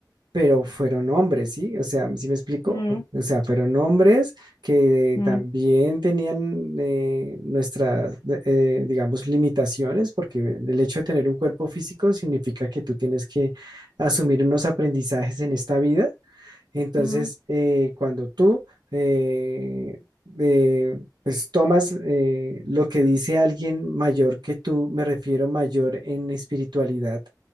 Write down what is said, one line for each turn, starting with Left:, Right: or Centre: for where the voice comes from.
Right: pero fueron hombres, ¿sí? O sea, ¿sí me explico?
Left: Mm,
Right: O sea, fueron hombres que
Left: mm,
Right: también tenían eh, nuestras, eh, digamos, limitaciones, porque el hecho de tener un cuerpo físico significa que tú tienes que asumir unos aprendizajes en esta vida. Entonces,
Left: mm.
Right: eh, cuando tú, eh, eh, pues, tomas eh, lo que dice alguien mayor que tú, me refiero mayor en espiritualidad